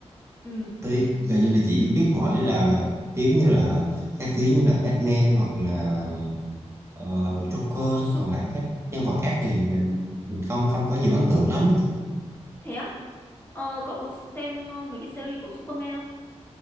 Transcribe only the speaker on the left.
ừ,
su
thế á? Ờ, cậu có xem ờ, mấy cái series của Superman không?